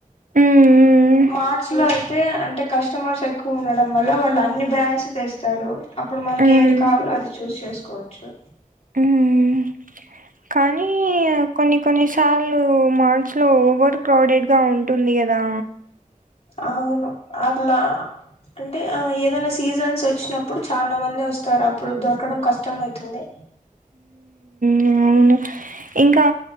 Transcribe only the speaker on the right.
హ్మ్.
హ్మ్.
ఉమ్ కానీ కొన్ని కొన్ని సార్లు మా ర్టుస్లో ఓవర్ క్రౌడెడ్ గా ఉంటుంది కదా
మ్మ్ ఇంకా